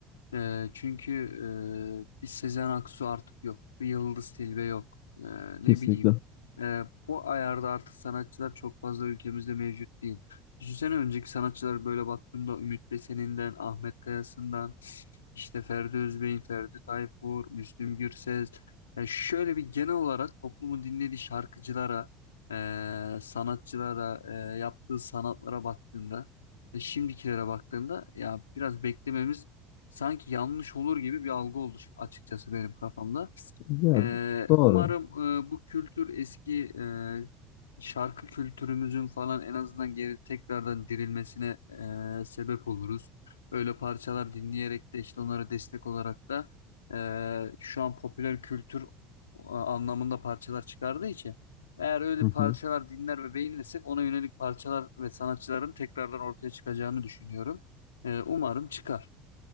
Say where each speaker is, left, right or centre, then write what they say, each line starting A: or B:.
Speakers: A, on the left; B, on the left.
A: Ee, çünkü e, bir Sezen Aksu artık yok. Bir Yıldız Tilbe yok. Ee, ne
B: Kesinlikle.
A: bileyim. Ee, bu ayarda artık sanatçılar çok fazla ülkemizde mevcut değil. Düşünsene önceki sanatçılara böyle baktığımda Ümit Besen'inden, Ahmet Kayası'ndan, işte Ferdi Özbey'in, Ferdi Tayfur, Müslüm Gürses. Yani şöyle bir genel olarak toplumun dinlediği şarkıcılara, e, sanatçılara, e, yaptığı sanatlara baktığında ve şimdikilere baktığında ya biraz beklememiz sanki yanlış olur gibi bir algı oldu şu- açıkçası benim kafamda.
B: Ya
A: Ee,
B: doğru.
A: umarım e, bu kültür eski e, şarkı kültürümüzün falan en azından geri tekrardan dirilmesine e, sebep oluruz. Öyle parçalar dinleyerek de işte onlara destek olarak da e, şu an popüler kültür a- anlamında parçalar çıkardığı için eğer öyle
B: Hı
A: parçalar
B: hı.
A: dinler ve beğenirsek ona yönelik parçalar ve sanatçıların tekrardan ortaya çıkacağını düşünüyorum. E, umarım çıkar.